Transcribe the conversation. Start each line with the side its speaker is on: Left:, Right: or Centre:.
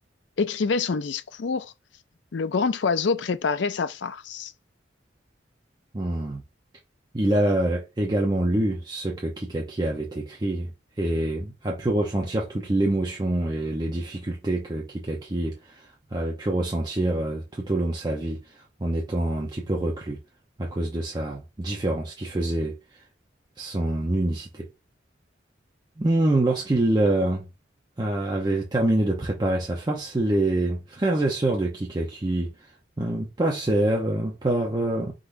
Left: écrivait son discours, le grand oiseau préparait sa farce.
Right: Hmm. Il a également lu ce que Kikaki avait écrit et a pu ressentir toute l'émotion et les difficultés que Kikaki avait pu ressentir euh, tout au long de sa vie en étant un petit peu reclus à cause de sa différence qui faisait son unicité. Hmm, lorsqu'il euh, euh, avait terminé de préparer sa farce, les frères et sœurs de Kikaki euh, passèrent euh, par euh,